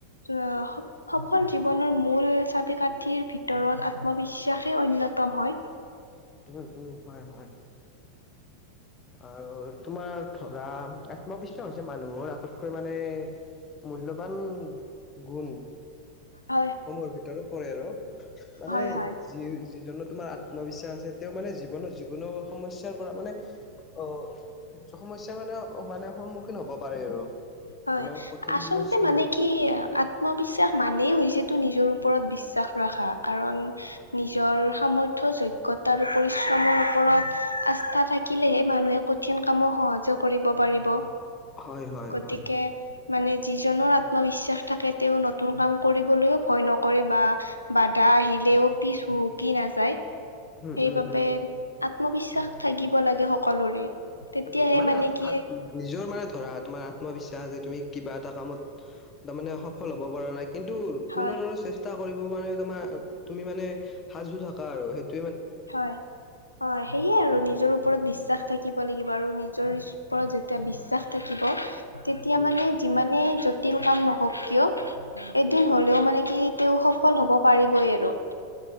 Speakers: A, on the left; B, on the left.
A: আহ সফল জীৱনৰ মূল চাবি কাঠিৰ। ভিতৰত আত্মবিশ্বাসেই অন্যতম হয়।
B: উম উম হয় হয়। আৰু তোমাৰ ধৰা আত্মবিশ্বাস হৈছে মানুহৰ। কৈ মানে মূল্যয়বান গুণ।
A: অ।
B: সময়ৰ ভিতৰত পৰে আৰু মানে
A: হয় হয়
B: যি যিজ তোমাৰ আত্মবিশ্বাস। আছে মানে জীৱনৰ যিকোনো সমস্যাৰ পৰা মানে অ সমস্যা মানে। মানে সন্মুখীন হ'ব পাৰে আৰু।
A: হয়
B: যিমান কঠিন
A: আচলতে
B: সমস্যা
A: মানে কি আত্মবিশ্বাস মানেই হৈছে। টো নিজৰ ওপৰত বিশ্বাস ৰখা কাৰণ। নিজৰ সামৰ্থ যোগ্যতা আৰু পৰিশ্ৰমৰ ওপৰত আস্থা থাকিলেহে মানুহে কঠিন কামো সহজ কৰিব পাৰিব।
B: হয় হয় হয়।
A: গতিকে মানে। যিজনৰ আত্মবিশ্বাস থাকে তেওঁ নতুন কাম কৰিবলৈও ভয় নকৰে বা বাধা আহিলে লেও পিছ হুকি নাযায়।
B: উম
A: সেইবাবে
B: উম উম
A: আত্মবিশ্বাস থাকিব লাগে সকলোৰে। তেতিয়াহে
B: উম মানে
A: কি
B: নিজৰ মানে ধৰা তোমাৰ আত্মবিশ্বাস। এয়া যে তুমি কিবা এটা কামত তাৰ মানে সফল হ'ব পৰা নাই। কিন্তু
A: হয়
B: পুনৰ আৰু চেষ্টা কৰিব কাৰে তোমাৰ তুমি মানে সাজু থাকা আৰু সেইটো।
A: হয় হয় সেয়ে আৰু নিজৰ ওপৰত বিশ্বা- বিশ্বাস থাকিব লাগিব আৰু নিজৰ পৰা এতিয়া বিশ্বাস থাকিব তেতিয়া
B: উম
A: মানে যিমানে জটিল কাম নহওক কিয় এদিন
B: উম উম
A: হ'লেও মানে কি তেওঁ সফল হ'ব পাৰিবই আৰু।